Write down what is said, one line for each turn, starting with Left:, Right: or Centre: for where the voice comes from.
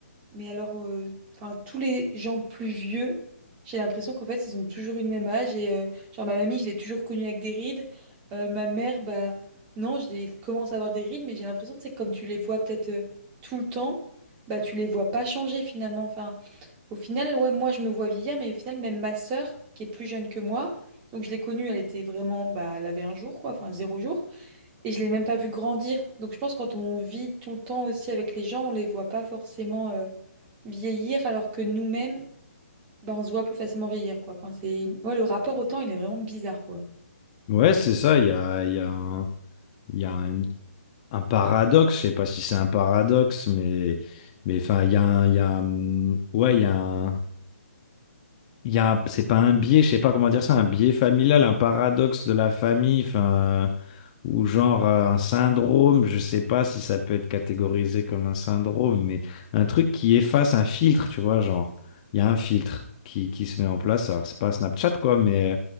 Right: Mais alors, euh, enfin, tous les gens plus vieux, j'ai l'impression qu'en fait, ils ont toujours eu le même âge. Et euh, genre, ma mamie, je l'ai toujours connue avec des rides. Euh, ma mère, bah, non, j'ai commence à avoir des rides, mais j'ai l'impression, tu sais, que comme tu les vois peut-être euh, tout le temps, bah, tu les vois pas changer finalement. Enfin, au final, ouais, moi, je me vois vieillir, mais au final, même ma sœur, qui est plus jeune que moi, donc je l'ai connue, elle était vraiment, bah, elle avait un jour, quoi, enfin, zéro jour. Et je l'ai même pas vu grandir. Donc je pense que quand on vit tout le temps aussi avec les gens, on les voit pas forcément euh, vieillir, alors que nous-mêmes, bah, on se voit plus facilement vieillir, quoi. Enfin, c'est... Ouais, le rapport au temps, il est vraiment bizarre, quoi.
Left: Ouais, c'est ça, il y a, il y a un, il y a un, un paradoxe, je sais pas si c'est un paradoxe, mais, mais enfin, il y a un, il y a un- ouais, il y a un, il y a, un- c'est pas un biais, je sais pas comment dire ça, un biais familial, un paradoxe de la famille, enfin, ou genre euh, un syndrome, je sais pas si ça peut être catégorisé comme un syndrome, mais un truc qui efface un filtre, tu vois, genre, il y a un filtre qui, qui se met en place. Alors, c'est pas Snapchat, quoi, mais, euh,